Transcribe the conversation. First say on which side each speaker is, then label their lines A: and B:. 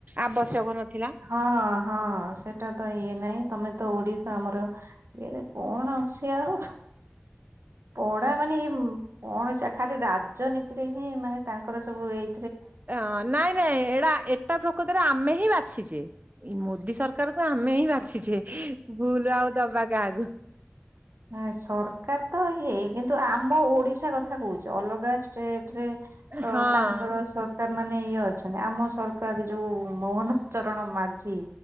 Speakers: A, on the right; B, on the right.
A: ଆବଶ୍ୟକ ନଥିଲା।
B: ହଁ ହଁ ହଁ ସେଟା ତ ଇଏ ନାହିଁ। ତମେ ତ ଓଡିଶା ଆମର ଇଏ କଣ ଅଛି ଆଉ ପଢା ମାନେ କଣ ସେ ଖାଲି ରାଜନୀତିରେ ହିଁ ମାନେ ତାଙ୍କର ସବୁ ଏଇ
A: ଅ ନାଇଁ ନାଇଁ ଏରା ଏତେ ପ୍ରକୃତରେ ଆମେ ହିଁ ବାଛିଛେ, ମୋଦୀ ସରକାରକୁ ଆମେ ହିଁ ବାଛି ଭୁଲ ଆଉ ଦବା କାହାକୁ।
B: ନ ସରକାର ତ ଇଏ କିନ୍ତୁ ଆମ ଓଡିଶା କଥା କହୁଛି ଅଲଗା ଷ୍ଟେଟ ରେ ତ
A: ହଁ।
B: ତାଙ୍କର ସ ସରକାର ମାନେ ଇଏ ଅଛନ୍ତି। ଆମ ସରକାର ଯୋଉ ମୋହନ ଚରଣ ମାଝୀ